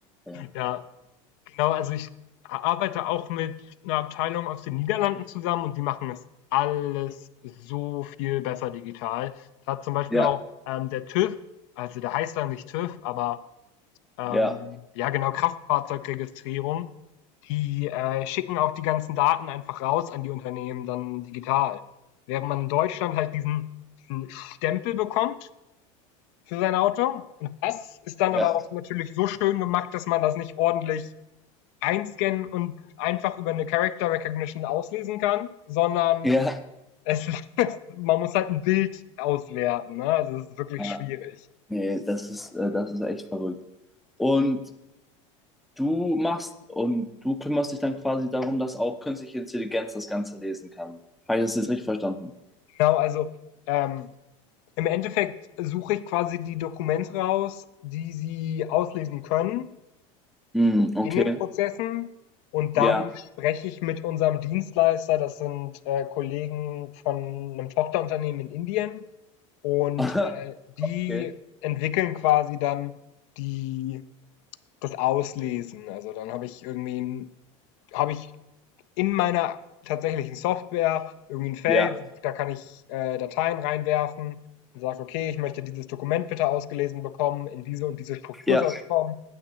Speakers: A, in the centre; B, on the left.
A: Ja,
B: ja Genau, also ich arbeite auch mit einer Abteilung aus den Niederlanden zusammen und die machen das alles so viel besser digital. Da hat zum Beispiel
A: ja,
B: auch, ähm, der TÜV also der heißt dann nicht TÜV, aber, ähm,
A: ja,
B: ja genau, Kraftfahrzeugregistrierung, die, äh, schicken auch die ganzen Daten einfach raus an die Unternehmen dann digital. Während man in Deutschland halt diesen diesen Stempel bekommt für sein Auto und das ist dann
A: ja.
B: aber auch natürlich so schön gemacht, dass man das nicht ordentlich einscannen und einfach über eine Character Recognition auslesen kann, sondern
A: Ja,
B: es <laughs> man muss halt ein Bild auswerten. Ne? Also es ist wirklich
A: ja.
B: schwierig.
A: nee, das ist, äh, das ist echt verrückt. Und du machst und du kümmerst dich dann quasi darum, dass auch künstliche Intelligenz das Ganze lesen kann. Habe ich das jetzt richtig verstanden?
B: Genau, also ähm, im Endeffekt suche ich quasi die Dokumente raus, die sie auslesen können
A: Hm, okay.
B: in den Prozessen. Und
A: Ja.
B: dann spreche ich mit unserem Dienstleister, das sind äh, Kollegen von einem Tochterunternehmen in Indien. Und
A: <laughs>
B: äh, die
A: Okay.
B: entwickeln quasi dann die das Auslesen. Also dann habe ich irgendwie 'n habe ich in meiner tatsächlichen Software irgendwie ein Feld,
A: Ja.
B: da kann ich, äh, Dateien reinwerfen und sage: „Okay, ich möchte dieses Dokument bitte ausgelesen bekommen, in diese und diese Struktur
A: Ja.
B: soll's kommen.“